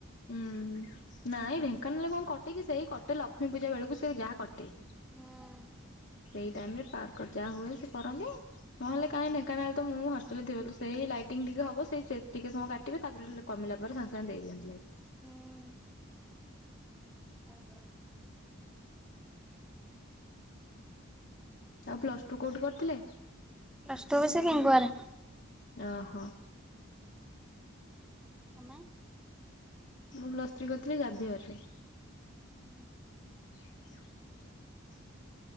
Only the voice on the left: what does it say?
ଉଁ ହୁଁ। ନାଇଁ ଢେଙ୍କାନାଳ କଣ କଟେ କିି ସେଇ କଟେ ଲକ୍ଷ୍ମୀ ପୂଜା ବେଳକୁ ସେ ଯାହା କଟେ।
ସେଇ ଟାଇମରେ ପାର୍କର୍ ଯାହା ହୁଏ ସେ କରନ୍ତି। ନହେଲେ କାହିଁ ଢେଙ୍କାନାଳ ତ ମୁଁ ହଷ୍ଟେଲରେ ଥିବ ତ ସେଇ ଲାଇଟିଙ୍ଗ ଟିକେ ହବ ସେଇ ସେ ଟିକେ ସମୟ କାଟିବେ ତାପରେ କମିଲା ପରେ ସାଙ୍ଗେସାଙ୍ଗେ ଦେଇଦିଅନ୍ତି ଲାଇଟ।
ଆଉ ପ୍ଲସ୍ ଟୁ କଉଠି କରିଥିଲେ?
ଅଁ ହଁ।
ମୁଁ ପ୍ଲସ୍ ଥ୍ରୀ କରିଥିଲି ଜାଭିୟରରେ।
<inaudible>